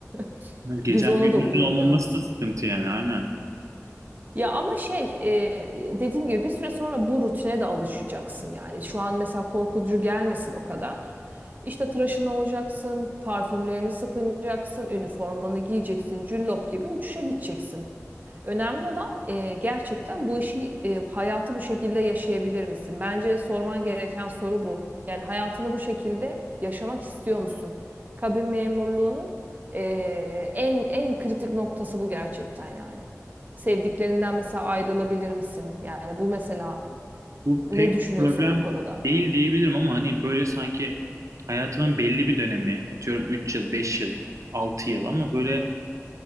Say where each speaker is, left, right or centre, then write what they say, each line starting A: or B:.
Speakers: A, on the right (about 35°); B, on the right (about 80°).
A: <laughs>
B: Gecen
A: Biz onu
B: gündüzün
A: da uyumuyoruz.
B: olmaması da sıkıntı yani aynen.
A: Ya ama şey e, dediğim gibi bir süre sonra bu rutine de alışacaksın yani. Şu an mesela korkutucu gelmesin o kadar. İşte tıraşın olacaksın, parfümlerini sıkınacaksın, üniformanı giyeceksin, cüllop gibi uçuşa gideceksin. Önemli olan e, gerçekten bu işi e, hayatı bu şekilde yaşayabilir misin? Bence sorman gereken soru bu. Yani hayatını bu şekilde yaşamak istiyor musun? Kabin memurluğunun e, en en kritik noktası bu gerçekten yani. Sevdiklerinden mesela ayrılabilir misin? Yani bu mesela
B: Bu pek
A: ne düşünüyorsun
B: bir problem
A: bu konuda?
B: değil diyebilirim ama hani böyle sanki hayatımın belli bir dönemi atıyorum 3 yıl, 5 yıl, 6 yıl ama böyle